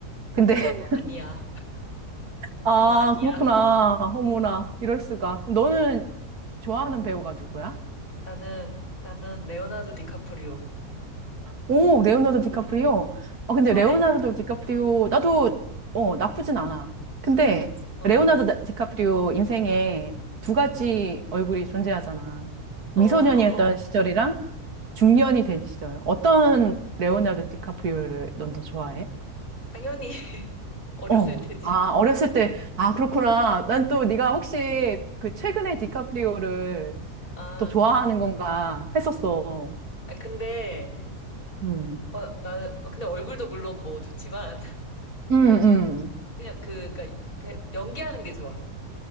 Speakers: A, on the right; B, on the left.
A: 근데, <laughs>
B: 어, 아니야.
A: 아,
B: 어, 아, 니야
A: 그렇구나. 어머나, 이럴 수가. 너는 좋아하는 배우가 누구야?
B: 나는, 나는 레오나르도 디카프리오.
A: 오, 레오나르도 디카프리오. 아, 근데
B: 좋아해?
A: 레오나르도 디카프리오, 나도, 어, 나쁘진 않아. 근데,
B: 어, 그치. 어,
A: 레오나르도 나- 디카프리오 인생에 두 가지 얼굴이 존재하잖아. 미소년이었던
B: 어, <laughs>
A: 시절이랑 중년이 된 시절. 어떤 레오나르도 디카프리오를 넌 더 좋아해?
B: 당연히 <laughs> 어렸을
A: 어.
B: 테지
A: 아, 어렸을 때, 아, 그렇구나. 난 또 네가 혹시 그 최근에 디카프리오를
B: 아,
A: 또 좋아하는 건가 했었어.
B: 아, 근데,
A: 음.
B: 어, 나, 어, 근데 얼굴도 물론 뭐 좋지만, <laughs>
A: 음, 음.
B: 그냥 그, 그니까, 연기하는 게 좋아.